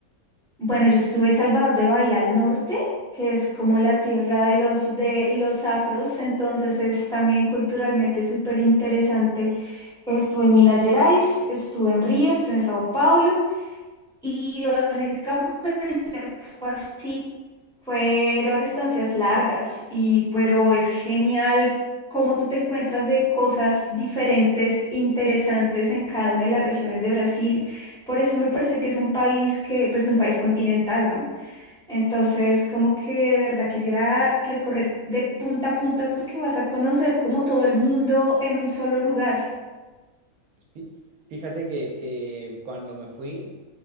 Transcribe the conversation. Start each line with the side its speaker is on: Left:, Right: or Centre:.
Centre: Bueno, yo estuve en Salvador de Bahía al norte, que es como la tierra de los, de los afros, entonces es también culturalmente súper interesante. Estuve en Minas Gerais, estuve en Río, estuve en Sao Paulo Y básicamente fue así, fueron estancias largas y pero es genial cómo tú te encuentras de cosas diferentes, interesantes en cada una de las regiones de Brasil. Por eso me parece que es un país que, pues es un país continental, ¿no? Entonces, como que de verdad quisiera recorrer de punta a punta porque vas a conocer como todo el mundo en un solo lugar.
Right: Fí- Fíjate que, que cuando me fui